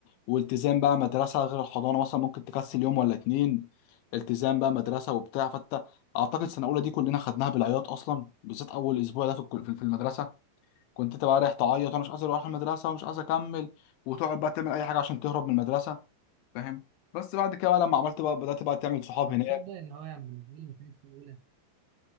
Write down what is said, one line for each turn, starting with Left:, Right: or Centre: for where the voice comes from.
Left: والتزام بقى مدرسة غير الحضانة مثلا ممكن تكسل يوم ولا اتنين التزام بقى مدرسة وبتاع فانت أعتقد سنة أولى دي كلنا خدناها بالعياط أصلا بالذات أول أسبوع ده في الكل- في في المدرسة كنت أنت بقى رايح تعيط وأنا مش عايز أروح المدرسة ومش عايز أكمل وتقعد بقى تعمل أي حاجة عشان تهرب من المدرسة فاهم بس بعد كده بقى لما عملت بقى بدأت بقى تعمل صحاب
Right: ما بتصدق
Left: هناك
Right: ان هو يعني بالنسبة لي ما كانتش اولى